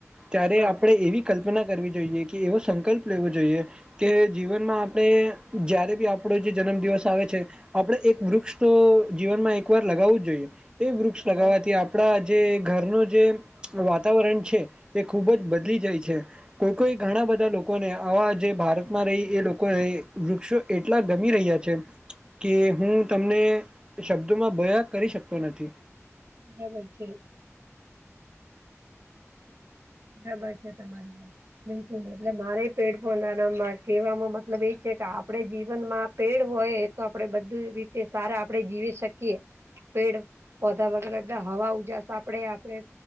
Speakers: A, on the right (about 15°); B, on the right (about 55°).
A: ત્યારે
B: હા.
A: આપડે એવી કલ્પના કરવી જોઈએ, કે એવો સંકલ્પ લેવો જોઈએ, કે જીવનમાં આપડે જ્યારે બી આપડો જે જનમ દિવસ આવે છે, આપડે એક વૃક્ષ તો જીવનમાં એક વાર લગાવું જ જોઈએ, એ વૃક્ષ
B: બરાબર
A: લગાવાથી આપડા જે ઘરનું જે વાતાવરણ છે એ ખૂબ જ બદલી જાય છે, કોઈ કોઈ ઘણા બધા લોકોને આવા જે ભારતમાં રહી એ લોકો એ વૃક્ષો એટલા ગમી રહ્યા છે, કે હું તમને શબ્દોમાં બયા કરી શકતો નથી.
B: બરાબર છે. બરાબર છે, તમારી બિલકુલ એટલે મારે પેડ પોંધા ના માં કેવાનો મતલબ એ છે કે આપડે જીવન માં પેડ હોય તો આપડે બધું રીતે સારા આપડે જીવી શકીએ, પેડ પોધા વગેરે હવા ઉજાસ આપડે આપડે